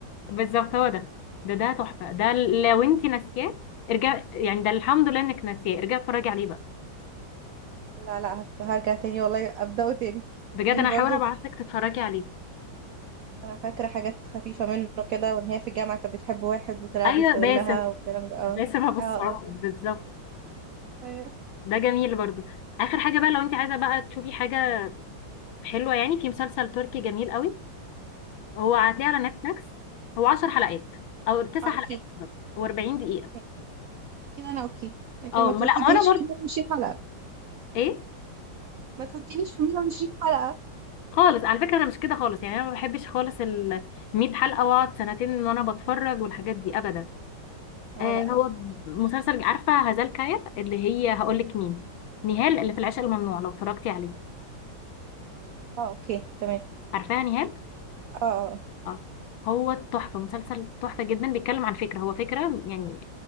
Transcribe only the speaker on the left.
بالظبط هو ده ده ده تحفه ده لو انت ناسياه ارجع يعني ده الحمد لله انك ناسياه ارجع اتفرجي عليه بقى
بجد
انا
هحاول ابعت لك تتفرجي عليه
ايوه
باسم
باسم ابو السعود
بالظبط
ده جميل برضو اخر حاجه بقى لو انت عايزه بقى تشوفي حاجه حلوة يعني في مسلسل تركي جميل قوي هو هتلاقيه على نتفليكس هو 10 حلقات او 9
حلقات
بالظبط و40 دقيقة
اه
ما
لا ما انا برضه
ايه
خالص على فكرة انا مش كده خالص يعني انا ما بحبش خالص ال 100 حلقة واقعد سنتين وانا بتفرج والحاجات دي ابدا
آه
هو
مسلسل عارفة هزال كايا اللي هي هقول لك مين نهال اللي في العشق الممنوع لو اتفرجتي عليه
عارفاها نهال
اه هو تحفة مسلسل تحفة جدا بيتكلم عن فكرة هو فكرة يعني